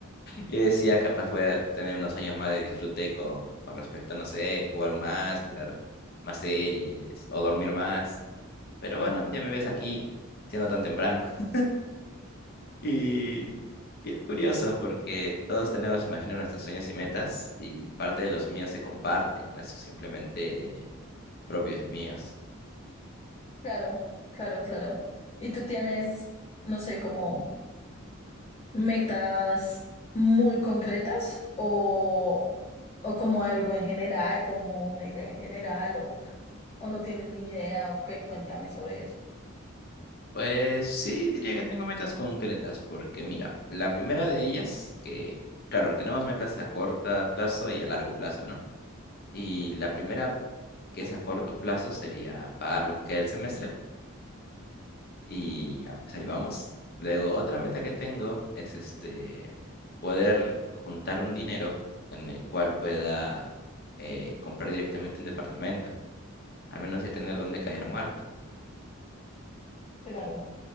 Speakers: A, on the left (about 45°); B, on the left (about 30°).
A: Yo decía, capaz voy a tener unos años más de disfrute con, con respecto, no sé, jugar más, mirar más series o dormir más. Pero bueno, ya me ves
B: Claro.
A: aquí siendo tan temprano. <laughs> Y, y es curioso porque todos tenemos, imagino, nuestros sueños y metas y parte de los míos se comparten, no es simplemente propios y míos.
B: Claro, claro, claro. ¿Y tú tienes, no sé, cómo... metas muy concretas o, o como algo en general, como una idea en general, o, o no tienes ni idea, o qué, cuéntame sobre eso.
A: Pues sí, diría que tengo metas concretas, porque mira, la primera de ellas, que claro, tenemos metas a corto plazo y a largo plazo, ¿no? Y la primera, que es a corto plazo, sería pagar lo que queda del semestre y ya, pues ahí vamos. Luego, otra meta que tengo es este, poder juntar un dinero en el cual pueda eh, comprar directamente un departamento, al menos ya tener donde caer muerto.
B: Claro,